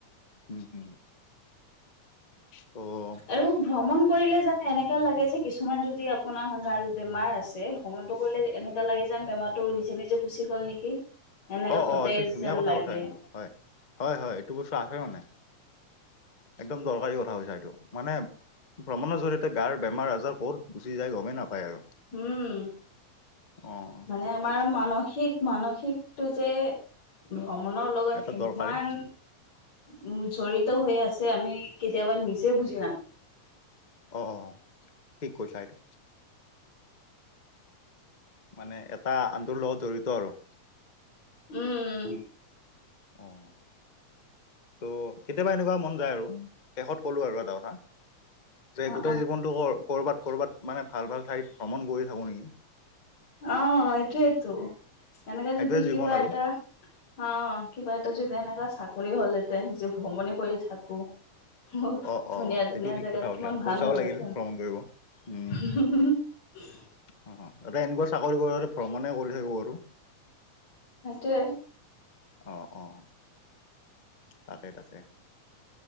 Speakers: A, on the left (about 25°); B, on the left (about 60°).
A: উম, হুম। অ'।
B: আৰু ভ্ৰমণ কৰিলে জানে এনেকা লাগে যে, কিছুমান যদি আপোনাৰ <unintelligible> বেমাৰ আছে। ভ্ৰমণতটো কৰিলে এনেককা লাগে যে, বেমাৰতটো নিজে নিজে গুচি গ'ল নেকি? এনেকে
A: অ',
B: সতেজ
A: অ', এইটো ধুনীয়া
B: যেন
A: কথা
B: লাগে।
A: কৈছা কিন্তু হয়, হয়, হয় এইটো বস্তু আহে মানে। একদম দৰকাৰী কথা কৈছা এইটো, মানে ভ্ৰমণৰ জৰিয়তে গাৰ বেমাৰ-আজাৰ ক'ত গুচি যায়, গমেই নাপায় আৰু।
B: উম
A: অ'।
B: মানে আমাৰ মানসিক মানসিকটো যে ভ্ৰমণৰ লগত
A: এটা
B: ইমান
A: দৰকাৰী
B: উম জড়িত হৈ আছে আমি কেতিয়াবা নিজে বুজি নাপ
A: অঁ অঁ ঠিক কৈছা এইটো মানে এটা আনটোৰ লগত জড়িত আৰু
B: উম
A: অঁ ত'কেতিয়াবা এনেকুৱা মন যায় আৰু শেষত কলো আৰু এটা কথা। যে
B: অ
A: গোটেই জীৱনটো কৰ কৰবাত কৰবাত মানে ভাল ভাল ঠাইত ভ্ৰমণ কৰি থাকো নেকি
B: অ এইটোয়েতো। এনেকে
A: সেইটোৱে
B: যদি কিবা
A: জীৱন আৰু
B: এটা অ', কিবা এটা যদি এনেকা চাকৰি হ'লহেতেন যে ভ্ৰমণে কৰি থাকো। মোৰ
A: অ অ
B: ধুনীয়া
A: সেইটোও
B: ধুনীয়া
A: ঠিক
B: জেগা
A: কথা কৈছা
B: কিমান
A: পইচাও
B: ভাল হ'লহেতেন।
A: লাগিল ভ্ৰমণ কৰিব উম
B: <unintelligible>
A: অ অ এটা এনেকুৱা চাকৰি হোৱা হ'লে, ভ্ৰমণে কৰি থাকিব পাৰো।
B: সেইটোৱে।
A: অ অ তাকে তাকে।